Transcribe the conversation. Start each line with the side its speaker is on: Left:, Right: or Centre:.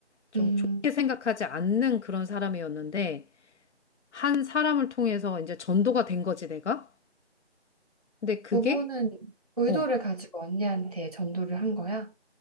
Left: 좀
Right: 음.
Left: 좋게 생각하지 않는 그런 사람이었는데 한 사람을 통해서 이제 전도가 된 거지 내가? 근데 그게
Right: 부부는 의도를
Left: 어,
Right: 가지고 언니한테 전도를 한 거야?